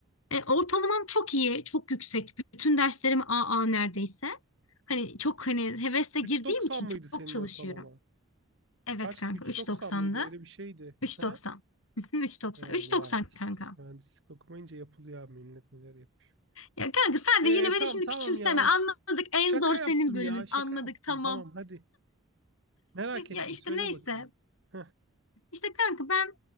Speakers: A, on the left; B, on the right.
A: E, ortalamam çok iyi, çok yüksek. Bütün derslerim AA neredeyse. Hani çok hani hevesle
B: 3.90
A: girdiğim için
B: mıydı
A: çok,
B: senin
A: çok çalışıyorum.
B: ortalama?
A: Evet
B: Kaçtı?
A: kanka
B: 3.90
A: 3.90'da.
B: mıydı? Öyle bir şeydi.
A: 3.90.
B: He?
A: 3.90.
B: Ya
A: 3.90
B: vay
A: <laughs>
B: işte.
A: kanka.
B: Mühendislik okumayınca yapılıyor abi millet neler yapıyor.
A: Ya kanka sen
B: Ee,
A: de yine beni
B: tamam
A: şimdi
B: tamam
A: küçümseme.
B: ya.
A: Anladık en
B: Şaka
A: zor
B: yaptım
A: senin bölümün.
B: ya. Şaka
A: Anladık
B: yaptım.
A: tamam.
B: Tamam hadi. Merak ettim.
A: Ya işte
B: Söyle
A: neyse.
B: bakayım. Heh.
A: İşte kanka ben